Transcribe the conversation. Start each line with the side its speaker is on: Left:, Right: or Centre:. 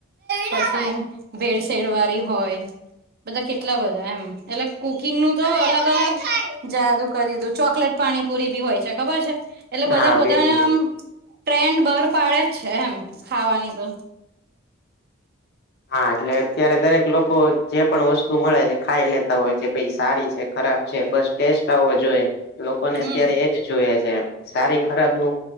Right: પછી ભેળસેડવાળી હોય. બધા કેટલા બધા એમ એટલે કુકિંગ નું તો અલગ અલગ જાદું કરીધું. ચોકલેટ પાણીપુરી બી હોય છે. ખબર છે? એટલે બધા
Left: હા
Right: પોતાનું
Left: બિલકુલ
Right: એમ ટ્રેન્ડ બહાર જ છે. એમ ખાવાનો તો
Left: હા. એટલે અત્યારે દરેક લોકો જે પણ વસ્તુ મળે છે. ખાઈ લેતા હોય છે. ભઈ સારી છે ખરાબ છે. બસ ટેસ્ટ આવો જોઈએ લોકોને
Right: હમ
Left: અત્યારે એજ જોઈએ છે. સારી ખરાબ નું